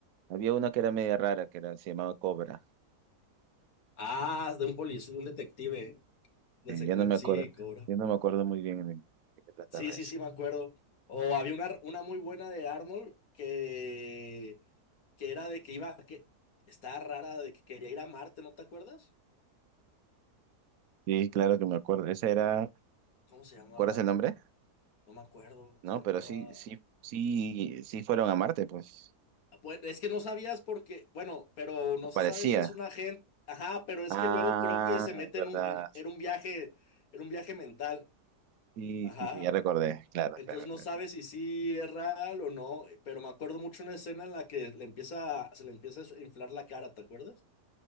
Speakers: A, on the right; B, on the left.
A: Había una que era media rara, que era, se llamaba Cobra.
B: Ah, de un policía, un detective de
A: Sí,
B: secue-
A: ya no me
B: Sí,
A: acuerdo,
B: Cobra.
A: ya no me acuerdo muy bien de, de qué trataba
B: Sí, sí,
A: eso.
B: sí, me acuerdo. O había una, una muy buena de Arnold que, que era de que iba, que estaba rara, de que quería ir a Marte, ¿no te acuerdas?
A: Sí, claro que me acuerdo. Esa era,
B: ¿Cómo se llamaba?
A: ¿recuerdas el nombre?
B: No me acuerdo.
A: No,
B: Se llamaba.
A: pero sí, sí, sí, sí fueron a Marte, pues.
B: Bueno, es que no sabías porque, bueno, pero no
A: Parecía.
B: se sabe si es un agente. Ajá, pero es
A: Ah,
B: que luego creo que se mete
A: verdad.
B: en un, er- era un viaje, era un viaje mental.
A: Sí,
B: Ajá.
A: sí, sí, ya recordé.
B: Ent-
A: Claro,
B: entonces
A: claro,
B: no
A: claro.
B: sabes si sí es real o no, pero me acuerdo mucho una escena en la que le empieza, se le empieza a inflar la cara, ¿te acuerdas?